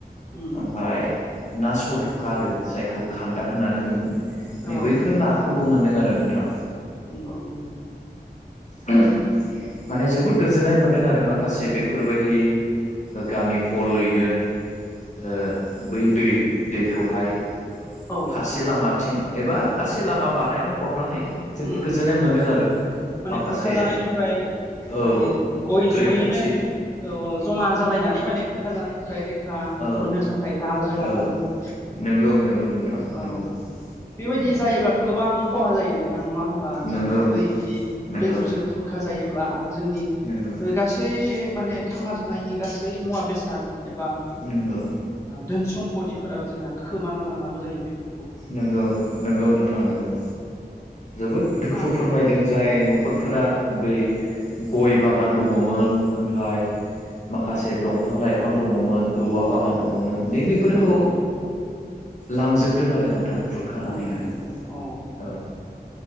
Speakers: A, on the left; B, on the left.
A: उम
B: ओमफाय ना सलथ'खा आरो जायखौ खान्दा होननानै बुङो
A: औ
B: नै बैफोर नाखौ खौबो मोनदों आरो नोंथां।
A: नंगौ नंगौ।
B: माने जोबोद गोजोननाय मोनदों आरो माखासे बेफोरबाय बेबायदि गामि हलैनो ओ बै दै-दै खौहाय
A: औ
B: फारसे लामाथिं एबा फारसे लामा बानायना हरनानै जोबोद
A: उम
B: गोजोननाय मोनदों आरो
A: माने
B: माखासे
A: खुरखा जानायनिफ्राय
B: औ
A: माने गय
B: रैखाथि
A: जयै औ जमा जालायनानै माने खुरखा जानायनिफ्राय रै खा
B: औ
A: मोननो थाखाय नाजादों आरो
B: औ
A: ना नोंथां
B: नंगौ नंगौ नोंथां
A: औ।
B: नंगौ
A: बेबायदि
B: नंगौ
A: जायोब्लाथ' गोबां खहा जायो नों थां नङा होमबा जोङो
B: नंगौ
A: दै बि
B: नंगौ
A: दैफोरजों खुरखा जायोब्ला जोंनि
B: नंगौ
A: गासै गासै माने थांना थानायनि गासै मुवा बेसाद एबा
B: नोंगौ।
A: धोन सम्पतिफोराबो जोंहा खोमाना लानांगौ जायो बेफोर
B: नोंगौ नोंगौ नोंथां नोंगौ जोबोद दुखु
A: मा
B: फोरमायदों जाय न'खरफोरा बै गय बागान दङमोन ओमफ्राय माखासे दंफां लाइफां दङमोन औवा बागान
A: औ
B: दङमोन नैबेफोरखौ
A: औ औ
B: लांजोबदों आरो नोंथां खुरखानानैहाय
A: नंगौ नंगौ औ
B: औ